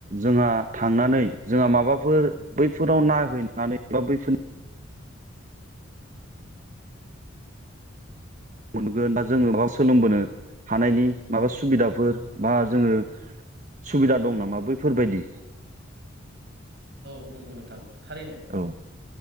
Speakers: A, on the right; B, on the right.
A: जोंहा थांनानै जोंहा माबाफोर बैफोराव नायहैनानै बा बैफोरनि मोनगोन बा जोङो बा सोलोंबोनो हानायनि माबा सुबिदाफोर बा जोङो सुबिदा दं नामा बैफोरबायदि
B: औ नंगौ नोंथां थारैनो
A: औ